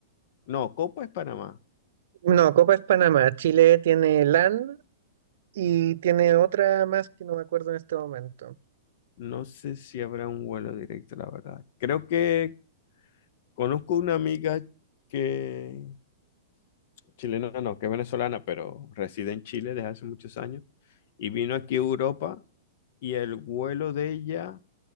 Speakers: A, on the left; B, on the right.
A: No, Copa es Panamá.
B: No, Copa es Panamá. Chile tiene LAN y tiene otra más que no me acuerdo en este momento.
A: No sé si habrá un vuelo directo, la verdad. Creo que conozco una amiga que Chilena no, que es venezolana, pero reside en Chile desde hace muchos años. Y vino aquí a Europa y el vuelo de ella